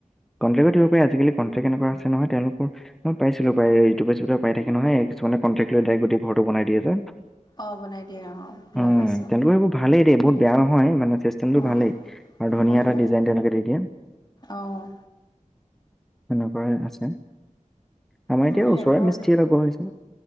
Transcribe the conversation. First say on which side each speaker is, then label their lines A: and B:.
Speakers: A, in the centre; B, on the left (about 35°).
A: কণ্ট্ৰক্ট দিব পাৰি। আজিকালি কট্ৰে্ট এনেকুৱা আছে নহয় তেওঁলোকৰ মই পাইছিলো ইউটিউবত পাই থাকে নহয়। কিছুমানে কন্টেক লৈ দাৰেক গোটেই ঘৰটো বনাই দিয়ে যে।
B: অঁ বনাই দিয়ে অঁ মই
A: উম,
B: পাইছোঁ।
A: তেওঁলোকৰ সেইবোৰ ভালেই দেই বহুত বেয়া নহয় মানে চিষ্টেমটো
B: অ',
A: ভালেই আৰু ধুনীয়া
B: ভাল
A: এটা
B: হয়
A: ডিজাইন তেওঁলোকে দি দিয়ে।
B: অ'।
A: সেনেকুৱাই আছে। আমাৰ
B: উম
A: এতিয়া ওচৰে
B: এইবোৰত
A: মিস্ত্ৰি লগোৱা হৈছে।